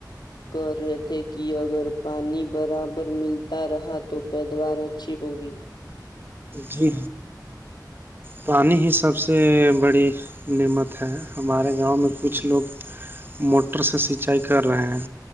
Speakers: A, on the left; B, on the right.
A: کہ رہے تھے کہ اگر پانی برابر ملتا رہا تو پیدوار اچھی ہوگی
B: جی پانی ہی سب سے بڑی نعمت ہے ہمارے گاؤں میں کچھ لوگ موٹر سے سینچائی کر رہے ہیں